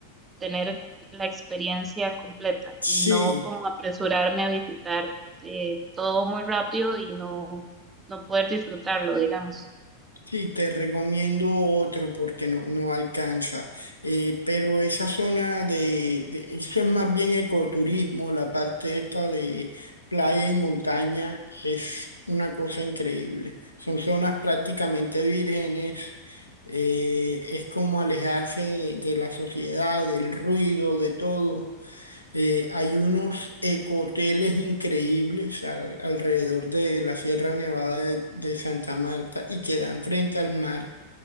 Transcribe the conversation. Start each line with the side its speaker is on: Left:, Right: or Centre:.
Right: tener la experiencia completa
Left: Sí,
Right: y no como apresurarme a visitar eh, todo muy rápido y no, no poder disfrutarlo, digamos.
Left: Sí, te recomiendo otro porque no, no alcanza. Eh, pero esa zona de, de- eso es más bien ecoturismo, la parte esta de playa y montaña es una cosa increíble. Son zonas prácticamente vírgenes, eh, es como alejarse de de la sociedad, del ruido, de todo. Eh, hay unos ecoteles increíbles al- alrededor de la Sierra Nevada de, de Santa Marta y que dan frente al mar,